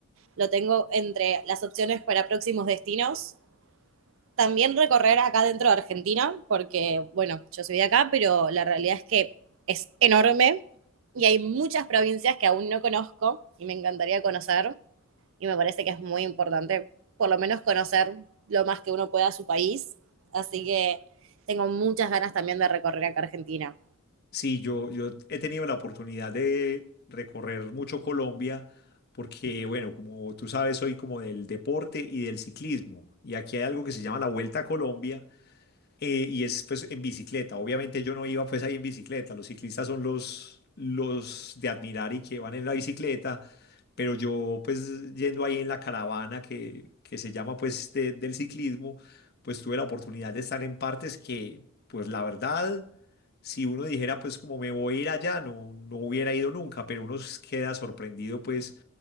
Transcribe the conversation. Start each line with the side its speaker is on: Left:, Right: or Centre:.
Right: Lo tengo entre las opciones para próximos destinos también recorrer acá dentro de Argentina, porque, bueno, yo soy de acá, pero la realidad es que es enorme y hay muchas provincias que aún no conozco y me encantaría conocer y me parece que es muy importante por lo menos conocer lo más que uno pueda su país. Así que tengo muchas ganas también de recorrer acá Argentina.
Left: Sí, yo, yo he tenido la oportunidad de recorrer mucho Colombia porque, bueno, como tú sabes, soy como del deporte y del ciclismo. Y aquí hay algo que se llama la Vuelta a Colombia, eh, y es pues en bicicleta. Obviamente yo no iba pues ahí en bicicleta. Los ciclistas son los, los de admirar y que van en la bicicleta. Pero yo pues yendo ahí en la caravana que, que se llama pues de- del ciclismo, pues tuve la oportunidad de estar en partes que pues la verdad, si uno dijera pues como me voy a ir allá, no, no hubiera ido nunca. Pero uno s- queda sorprendido pues